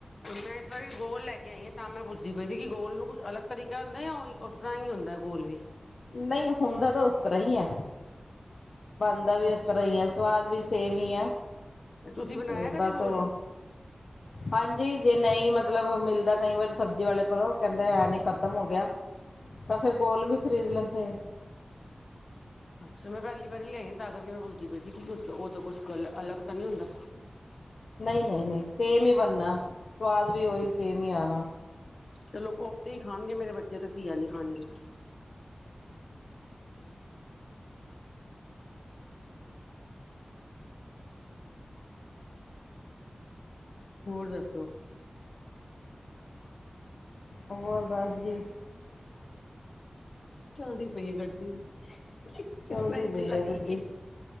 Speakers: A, on the left; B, on the left.
A: ਮੈਂ ਇਸ ਵਾਰੀ ਗੋਲ ਲੈ ਕੇ ਆਈ ਹਾਂ ਤਾਂ ਮੈਂ ਪੁੱਛਦੀ ਪਈ ਸੀ ਕਿ ਗੋਲ ਨੂੰ ਕੁਛ ਅਲੱਗ ਤਰੀਕਾ ਹੁੰਦਾ ਜਾਂ ਉਹ ਉਸ ਤਾਂ ਹੀ ਹੁੰਦਾ ਗੋਲ ਵੀ
B: ਨਹੀਂ ਹੁੰਣਦਾ ਤਾਂ ਉਸ ਤਰ੍ਹਾਂ ਹੀ ਹੈ ਬਣਦਾ ਵੀ
A: ਅੱਛਾ
B: ਉਸ ਤਰ੍ਹਾਂ ਹੀ ਆ ਸਵਾਦ ਵੀ ਸੇਮ ਹੀ ਆ
A: ਤੁਸੀਂ ਬਣਾਇਆ
B: ਤੇ ਬਸ
A: ਕਦੀ ਗੋਲ
B: ਉਹ ਹਾਂਜੀ ਜੇ ਨਹੀਂ ਮਤਲਬ ਮਿਲਦਾ ਕਈ ਵਾਰੀ ਸਬਜ਼ੀ ਵਾਲੇ ਕੋਲੋਂ ਕਹਿੰਦੇ ਐ ਨਹੀਂ ਖ਼ਤਮ ਹੋ ਗਿਆ। ਤਾਂ ਫੇਿਰ ਗੋਲ ਵੀ ਖਰੀਦ ਲੈਂਦੇ ਆ
A: ਅੱਛਾ ਮੈਂ ਪਹਿਲੀ ਵਾਰੀ ਲਿਆਈ ਤਾਂ ਕਰਕੇ ਮੈਂ ਪੁੱਛਦੀ ਪਈ ਸੀ ਕਿ ਕੁ ਉਹਦਾ ਕੁਛ ਗ ਅਲਗ ਤਾਂ ਨਹੀਂ ਹੁੰਦਾ।
B: ਨਹੀਂ ਨਹੀਂ ਨਹੀਂ ਸੇਮ ਹੀ ਬਣਨਾ ਸਵਾਦ ਵੀ ਉਹੀ ਸੇਮ ਹੀ ਆਉਣਾ
A: ਚਲੋ ਕੋਫਤੇ ਹੀ ਖਾਣਗੇ ਮੇਰੇ ਬੱਚੇ ਤਾਂ ਆ ਘੀਆ ਨੀ ਖਾਣਗੇ ਹੋਰ ਦੱਸੋ।
B: ਹੋਰ ਬਸ ਜੀ।
A: ਚੱਲਦੀ ਪਈ ਹੈ ਗੱਡੀ ਕਿਸ
B: ਚਲਦੀ
A: ਤਰ੍ਹਾਂ ਚਲਾਈ
B: ਪਈ ਗੱਡੀ
A: ਹੈ